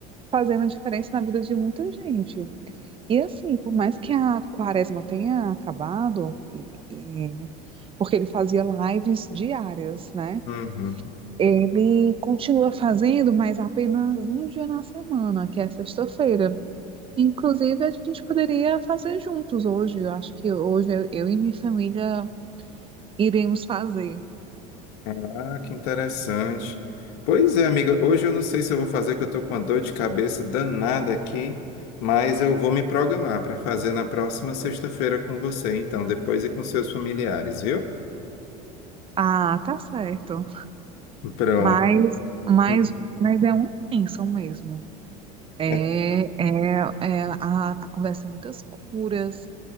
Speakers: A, on the right; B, on the left.
A: fazendo diferença na vida de muita gente. E assim, por mais que a quaresma tenha acabado, e- e- porque ele fazia lives diárias, né?
B: Uhum.
A: Ele continua fazendo, mas apenas um dia na semana, que é sexta-feira. Inclusive, a gente poderia fazer juntos hoje. Eu acho que hoje eu, eu e minha família iremos fazer.
B: Ah, que interessante. Pois é, amiga, hoje eu não sei se eu vou fazer, que eu tô com uma dor de cabeça danada aqui, mas eu vou me programar para fazer na próxima sexta-feira com você, então, depois e com seus familiares, viu?
A: Ah, tá certo.
B: Pronto.
A: Mas, mas,
B: Hum.
A: mas é uma bênção mesmo. É,
B: É,
A: é, é, a, acontecem muitas curas,